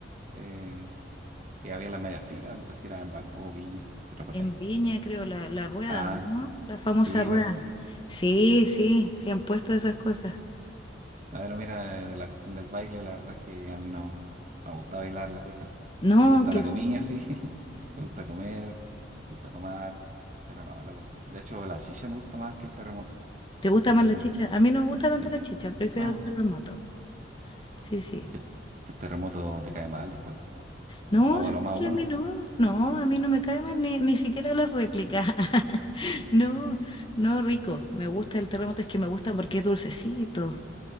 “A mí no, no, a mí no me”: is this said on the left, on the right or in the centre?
Left